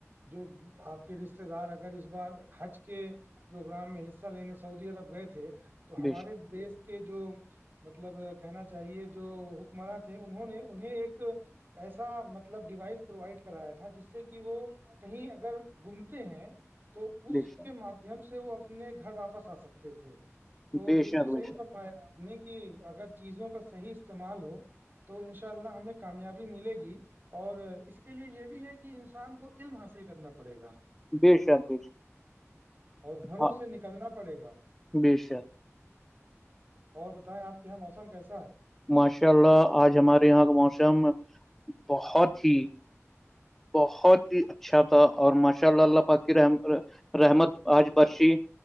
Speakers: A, on the right; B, in the centre.
A: جو آپ کے رشتے دار اگر اس بار حج کے پروگرام میں حصہ لینے سعودی عرب گئے تھے تو
B: بے
A: ہمارے
B: شک
A: دیس کے جو مطلب کہنا چاہیے جو جماعت ہے انہوں نے انہیں ایک ایسا مطلب ڈیوائس پرووائڈ کرایا تھا جس سے کہ وہ کہیں اگر گھومتے ہیں تو اس
B: بے شک
A: کے مادھیم سے وہ اپنے گھر واپس آ سکتے تھے تو
B: بے
A: بالکل
B: شک بے
A: صحیح
B: شک
A: فرمایا آپ نے کہ اگر چیزوں کا صحیح استعمال ہو تو ان شاء اللہ ہمیں کامیابی ملے گی اور اس کے لیے یہ بھی ہے کہ انسان کو علم حاصل کرنا پڑے گا
B: بے شک بے شک
A: اور گھروں
B: ہاں،
A: سے نکلنا پڑے گا
B: بے شک
A: اور بتائیں آپ کے یہاں موسم کیسا ہے
B: ماشاء اللہ آج ہمارے یہاں کا موسم بہت ہی بہت ہی اچھا تھا اور ماشاء اللہ اللہ پاک کی رحم رحمت آج برشی